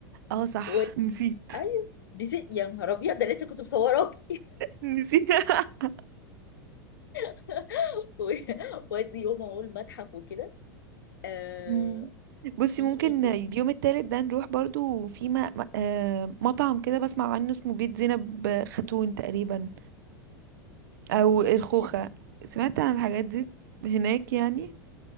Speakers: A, on the right; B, on the left.
A: اه صح
B: ودي
A: نسيت
B: ايوه دي ست- يا نهار ابيض ده لسه كنت مصوراكي
A: <laughs> نسيت <laughs>
B: <laughs> و- وادي يوم اهو المتحف وكده آه
A: مم. بصي
B: في
A: ممكن
B: ايه تاني
A: اليوم
B: ما
A: التالت ده نروح برضو في م... م- آه، مطعم كده بسمع عنه اسمه بيت زينب خاتون تقريبا او
B: سمعتش
A: الخوخة
B: عنه
A: سمعت عن الحاجات دي هناك يعني
B: مم.